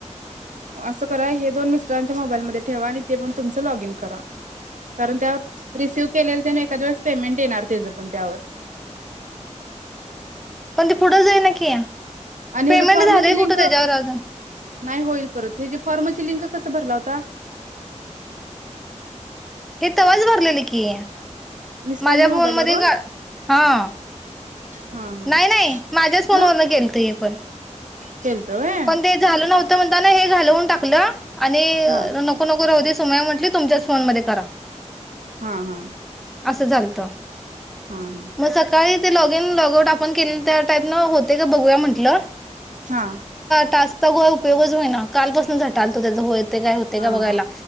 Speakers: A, on the right (about 85°); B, in the centre.
A: असं करा हे दोन मिस्टरांच्या मोबाईलमध्ये ठेवा आणि ते पण तुमचं लॉगिन. रा कारण त्यावर रिसिव केले एखद वेळेस पेमेंट येणार त्याच पण त्यावर.
B: पण त पुढं जाई ना की या
A: आणि
B: पेमेंट
A: ह्याच फॉर्मची
B: झालंय
A: लिंक
B: कुठं त्याच्यावर अजून.
A: नाही होईल परत हेची फॉर्माची लिंक कसं भरला होता.
B: हे तवाच भरलेले की
A: मिस्टरांच्या
B: माझ्या
A: मोबाईल
B: फोन मध्ये
A: वरून
B: हा.
A: हा हा
B: नाही नाही माझ्याच फोनवरलं
A: हा
B: केलत पण.
A: केलत होय.
B: पण ते झालं नव्हतं म्हणता ना हे झालं म्हणून टाकलं आणि
A: हा
B: नक. नोक हो समय म्हट तुमच्याच फोन मध्ये करा.
A: हा हा.
B: असं झालत.
A: हां हां.
B: मग सकाळी ते लॉग इन लॉग आऊट आपण केले त्या टाईप न होते का बघूया म्हटलं.
A: हा.
B: टॅक्स चा उपयोगच हो ना कालपासून झटालतो त्याच हो य काय होते
A: हा
B: का
A: हा
B: बघायला.